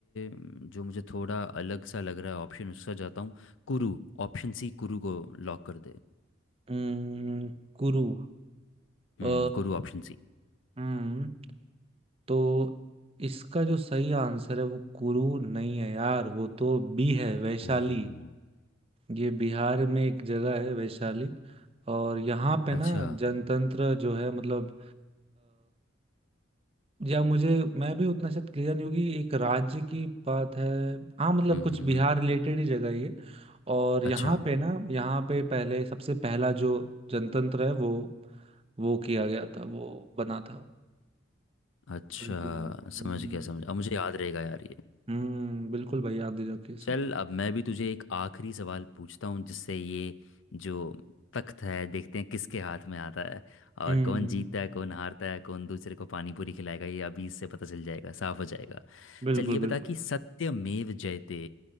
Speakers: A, on the left (about 80°); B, on the right (about 30°).
A: म, जो मुझे थोड़ा अलग सा लग रहा है ऑप्शन उसका जाता हूँ कुरु ऑप्शन सी कुरु को लॉक कर दे
B: हम्म, कुरु अ
A: हम्म कुरु ऑप्शन सी
B: हम्म तो इसका जो सही आंसर है वो कुरु नहीं है यार वो तो बी है वैशाली
A: ओ
B: ये बिहार में एक जगह है वैशाली और यहाँ पे
A: अच्छा
B: ना जनतंत्र जो है मतलब या मुझे मैं भी उतना शायद क्लियर नहीं होगी एक राज्य की बात है हाँ मतलब
A: हम्म
B: कुछ
A: हम्म
B: बिहार
A: हम्म,
B: रिलेटेड ही जगह ही है और
A: अच्छा
B: यहाँ पे ना यहाँ पे पहले सबसे पहला जो जनतंत्र है वो वो किया गया था वो बना था
A: अच्छा
B: बिल्कुल भाई हम्म
A: समझ गया समझ अब मुझे याद रहेगा यार ये
B: हम्म बिल्कुल भाई याद दिला के
A: चल
B: सब
A: अब मैं भी तुझे एक आखिरी सवाल पूछता हूँ जिससे ये जो तख्त है देखते हैं किसके हाथ में आता है
B: हम्म
A: और कौन जीतता है कौन हारता है कौन दूसरे को पानी पूरी खिलाएगा ये अभी इससे पता चल जाएगा साफ हो जाएगा
B: बिल्कुल
A: चल ये
B: बिल्कुल
A: बता कि सत्यमेव जयते